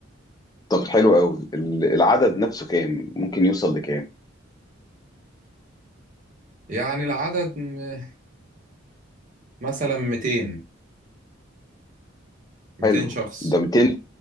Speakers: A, on the left; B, on the right.
A: طب حلو قوي ال- العدد نفسه كام ممكن يوصل لكام
B: يعني العدد م- مثلا ميتين ميتين
A: حلو
B: شخص
A: ده 200